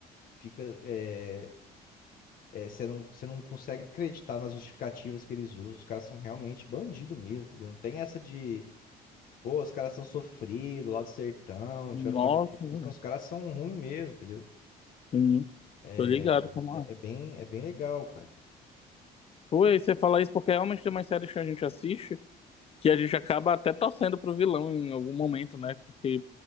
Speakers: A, on the left; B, on the left.
A: fica... eh, É, você não, você não consegue acreditar nas justificativas que eles usam. Os caras são realmente bandido mesmo, entendeu? Não tem essa de, pô, os caras são sofridos lá do sertão,
B: Nossa,
A: tiveram uma vida difícil.
B: cara.
A: Não, os caras são ruins mesmo, entendeu?
B: Sim,
A: É,
B: tô ligado como
A: é,
B: é.
A: é bem, é bem legal, cara.
B: Pô, e você fala isso porque realmente tem umas séries que a gente assiste que a gente acaba até torcendo pro vilão em algum momento, né? Porque